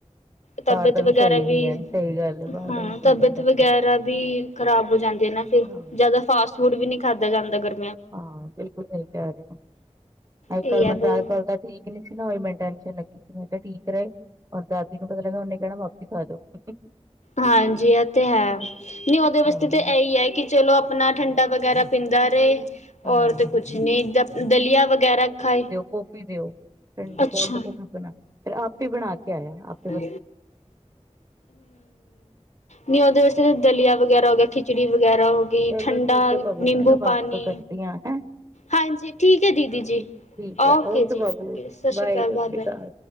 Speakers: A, on the left; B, on the right.
A: ਤਬੈਅਤ
B: ਬਾਹਰ ਦਾ
A: ਵਗੈਰਾ
B: ਸਹੀ
A: ਵੀ,
B: ਨੀ ਹੈ ਸਹੀ ਗੱਲ ਹੈ ਬਾਹਰ
A: ਹਾਂ
B: ਦਾ ਵੀ ਸਹੀ
A: ਤਬੈਅਤ
B: ਨੀ ਲੱਗਦਾ
A: ਵਗੈਰਾ ਵੀ ਖ਼ਰਾਬ ਹੋ ਜਾਂਦੀ ਆ ਨਾ ਫਿਰ,
B: ਹਾਂ
A: ਜ਼ਿਆਦਾ ਫਾਸਟ-ਫੂਡ ਵੀ ਨਹੀ ਖਾਧਾ ਜਾਂਦਾ, ਗਰ
B: ਹਾਂ, ਬਿਲਕੁਲ ਸਹੀ ਕਹਿ ਰਹੇ ਹੋ। ਅੱਜ-ਕੱਲ
A: ਇਹ
B: ਮਨ
A: ਆ
B: ਅੱਜ-ਕੱਲ ਦਾ ਠੀਕ ਨਹੀਂ ਸੀ ਨਾ ਮਿੰਟਾਂ ਚ ਲੱਗੀ ਸੀ ਮੈਂ ਕਿਹਾ ਠੀਕ ਰਹੇਏ। ਔਰ ਦਾਦੀ ਨੂੰ ਪਤਾ ਲੱਗਿਆ ਉਹਨੇ ਕਹਿਣਾ ਵਾਪਿਸ ਆ ਜਾਓ
A: ਹਾਂਜੀ, ਇਹ ਤੇ ਹੈ। ਨੀ ਉਹਦੇ ਵਾਸਤੇ
B: ਹਾਂ।
A: ਤਾ ਇਹੀ ਹੈ, ਕਿ ਚਲੋ ਅਪਣਾ ਠੰਡਾ ਵਗੈਰਾ ਪੀਂਦਾ ਰਹੇ
B: ਹਾਂ
A: ਔਰਤ ਕੁਛ ਨਹੀਂ ਦ ਦਲੀਆ ਵਗੈਰਾ ਖਾਏ।
B: ਕੋਫੀ ਦਿਓ। ਠੰਡੀ
A: ਅੱਛਾ
B: ਕੋਲਡ ਕਫੀ ਬਣਾ, ਫਿਰ ਆਪੇ ਹੀ ਬਣਾਕੇ ਆਇਆ, ਆਪ
A: ਹਮ ਨਈ ਉਹਦੇ ਵਾਸਤੇ ਦਲੀਆ ਵਗੈਰਾ ਹੋ ਗਿਆ ਖਿੱਚ। ਖਿਚੜੀ ਵਗੈਰਾ ਹੋ ਗਈ
B: ਚਲੋ
A: ਠੰਡਾ
B: ਠੀਕ ਹੈ ਬਾਬੂ
A: ਨਿੰਬੂ
B: ਮੈਂ ਨਾ ਬਾਅਦ
A: ਪਾਣੀ।
B: ਚੋਂ ਕਰਦੀ ਹਾਂ ਹੈਂ
A: ਹਾਂਜੀ, ਠੀਕ ਹੈ ਦੀਦੀ ਜੀ।
B: ਠੀਕ ਹੈ
A: ਓਕੇ ਜੀ,
B: ਬਾਬੂ
A: ਸਤਿ ਸ੍ਰੀ
B: ਬਾਏ
A: ਅਕਾਲ।
B: ਸਤਿ
A: ਬਾਏ-ਬਾਏ।
B: ਸ੍ਰੀ ਅਕਾਲ।